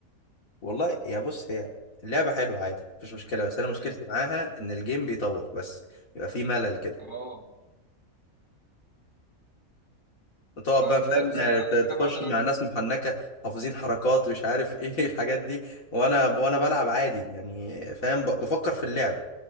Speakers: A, on the left; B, on the right.
A: والله يا بص هي اللعبة حلوة عادي مفيش مشكلة بس انا مشكلتي
B: امم
A: معاها ان الجيم بيطول بس يبقى فيه ملل كده
B: اه
A: تقعد
B: انا
A: بقى
B: مش
A: فاهم
B: عارف بصراحه
A: ت-
B: يعني انا
A: تخش
B: بقعد العب
A: مع ناس محنكه حافظين حركات مش عارف ايه <laughs> الحاجات دي وانا وانا بلعب عادي يعني فاهم ب- بفكر في اللعب